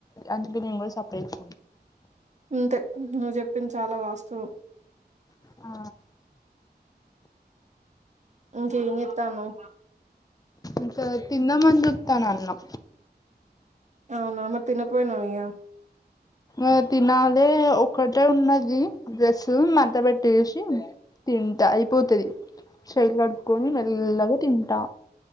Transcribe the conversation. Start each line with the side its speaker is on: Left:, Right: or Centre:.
Left: అందుకే నేను కూడా సపరేట్
Right: అంతే నువ్వు చెప్పింది చాలా వాస్తవం
Left: ఆ
Right: ఇంకేం ఏం చేతనవ్
Left: ఇకా తిందామని చూతాన అన్నం
Right: అవునా మరీ తిన పోయిన ఇగ
Left: ఆ తినాలే ఒక్కటే ఉన్నది డ్రెస్సు మడత పెట్టేసి తింటా అయిపోతుది చెయ్యి కడుకొని మెల్లగా తింటా